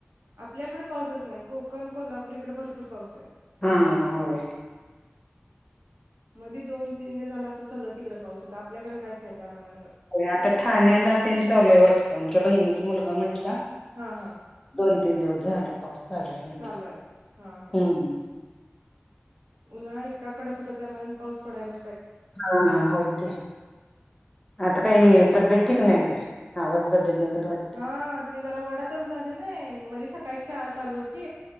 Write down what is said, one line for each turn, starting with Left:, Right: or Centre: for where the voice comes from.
Right: आपल्याकडे पाऊसच नाही, कोकण, कोल्हापूर इकडे भरपूर पाऊस आहे.
Left: हा होय.
Right: मध्ये दोन, तीन दिवस झाला असं सलग तिकडे पाऊस होता, आपल्याकडे काहीच नाही त्या मानान
Left: आता ठाण्याला तेन चालूय वाटतंय, आमच्या बहिणीचा मुलगा म्हटला.
Right: हा हा!
Left: दोन, तीन दिवस झालं पाऊस चालुय म्हटलं
Right: चालू आहे हा हा
Left: हं.
Right: उन्हाळा इतका कडक होता. त्या मनान पाऊस पडायला
Left: हा होईल कि आता काय तब्येत ठीक नाही काय? आवाज बदलल्यागत वाटतंय
Right: हा ते जरा वडाताण झाली नाही. मधे सकाळी शाळा चालू होती.